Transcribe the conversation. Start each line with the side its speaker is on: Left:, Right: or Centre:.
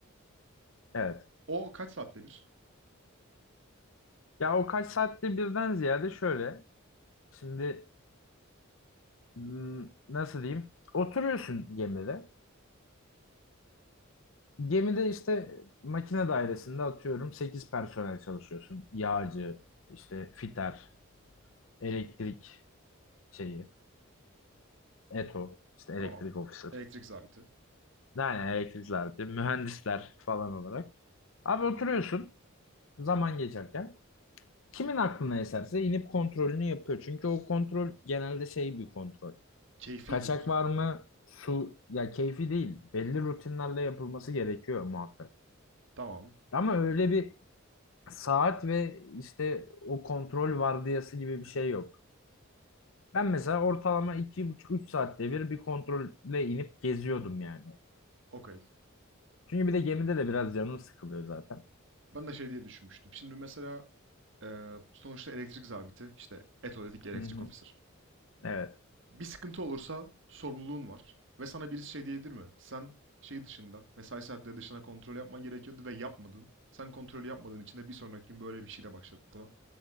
Left: evet.
Right: O kaç saatte bir?
Left: Ya o kaç saatte birden ziyade şöyle Şimdi m, nasıl diyeyim? Oturuyorsun gemide. Gemide işte makine dairesinde atıyorum 8 personel çalışıyorsun. Yağcı, işte fiter, elektrik şeyi, ETO, işte
Right: Tamam.
Left: elektrik officer.
Right: Elektrik zabiti.
Left: Yani elektrikler, mühendisler falan olarak. Abi oturuyorsun zaman geçerken. Kimin aklına eserse inip kontrolünü yapıyor. Çünkü o kontrol genelde şey bir kontrol.
Right: Keyfi
Left: Kaçak
Right: diyorsun.
Left: var mı? Su ya keyfi değil. Belli rutinlerle yapılması gerekiyor muhakkak.
Right: Tamam.
Left: Ama öyle bir saat ve işte o kontrol vardiyası gibi bir şey yok. Ben mesela ortalama iki buçuk üç saatte bir bir kontrolle inip geziyordum yani.
Right: Okey.
Left: Çünkü bir de gemide de biraz canım sıkılıyor zaten.
Right: Ben de şey diye düşünmüştüm. Şimdi mesela eee, sonuçta elektrik zabiti işte ETO dedik ya, elektrik
Left: Hı hı.
Right: officer.
Left: Evet.
Right: Bir sıkıntı olursa sorumluluğun var. Ve sana birisi şey diyebilir mi? Sen şey dışında, mesai saatleri dışında kontrol yapman gerekiyordu ve yapmadın. Sen kontrolü yapmadığın için de bir sonraki gün böyle bir şeyle başladık buna.